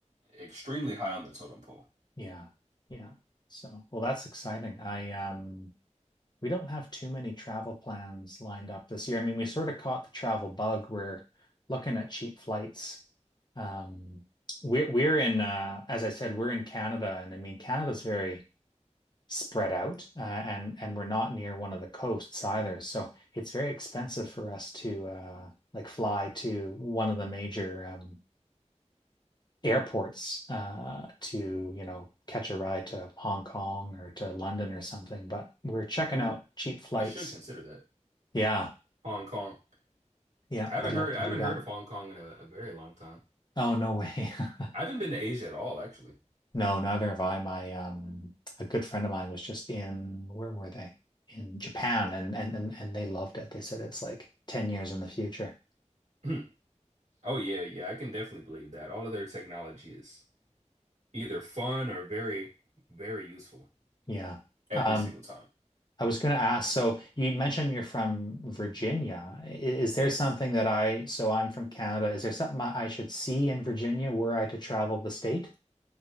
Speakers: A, on the right; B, on the left.
A: extremely high on the totem pole.
B: Yeah. Yeah. So, well, that's exciting. I um we don't have too many travel plans lined up this year. I mean, we sort of caught the travel bug. We're looking at cheap flights. Um we're we're in uh as I said, we're in Canada and I mean Canada's very spread out, uh, and and we're not near one of the coasts either. So it's very expensive for us to uh, like fly to one of the major um, airports uh, to, you know, catch a ride to Hong Kong or to London or something. But we're checking
A: Ooh,
B: out cheap flights.
A: I should consider that.
B: Yeah,
A: Hong Kong.
B: yeah,
A: I haven't
B: I'd love
A: heard
B: to
A: I haven't
B: do that.
A: heard of Hong Kong in a, a very long time.
B: Oh, no way. <laughs>
A: I haven't been to Asia at all, actually.
B: No, neither have I. My um, a good friend of mine was just in, where were they? In Japan, and and and, and they loved it. They said it's like 10 years in the future.
A: <clears throat> Oh yeah, yeah, I can definitely believe that. All of their technology is either fun or very, very useful
B: Yeah.
A: every
B: Um,
A: single time.
B: I was going to ask, so you mentioned you're from Virginia. I- Is, there
A: Yes.
B: something that I, so I'm from Canada, is there something I I should see in Virginia were I to travel the state?